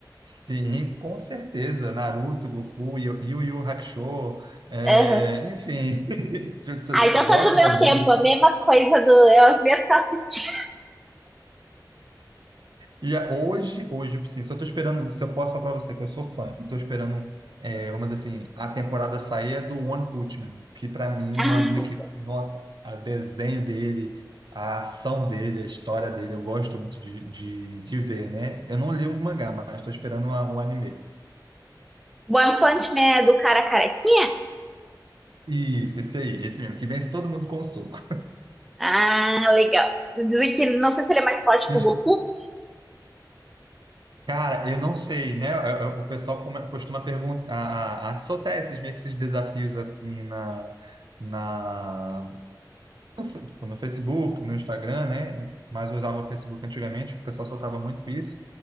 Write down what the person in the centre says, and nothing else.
Aham.
Ah, então
tá do meu
tempo,
a mesma coisa do. eu as mesmas que eu assisti. <laughs>
Ah,
sim.
One Punch Man é do cara carequinha?
Ah, legal. Dizem que não sei se ele é mais forte
que o Goku,